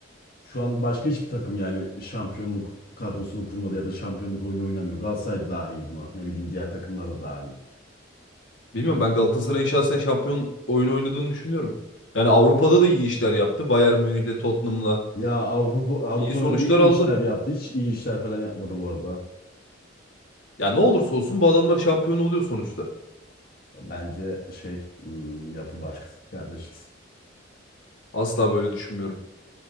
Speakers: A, on the left; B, on the left.
A: Şu an başka hiçbir takım yani şampiyonluk kadrosunu kurmadı ya da şampiyonluk oyunu oynamıyor. Galatasaray da dahil buna. Ne bileyim diğer takımlar da dahil.
B: Bilmiyorum ben Galatasaray'ın şahsen şampiyon oyunu oynadığını düşünüyorum. Yani Avrupa'da da iyi işler yaptı. Bayern Münih'le, Tottenham'la
A: Ya Avrupa Avrupa'da
B: iyi sonuçlar
A: ne iyi
B: aldı.
A: işler yaptı? Hiç iyi işler falan yapmadı bu arada.
B: Ya ne olursa olsun bu adamlar şampiyon oluyor sonuçta.
A: Bence şey hmm, yapı var <laughs> kardeşim.
B: Asla böyle düşünmüyorum.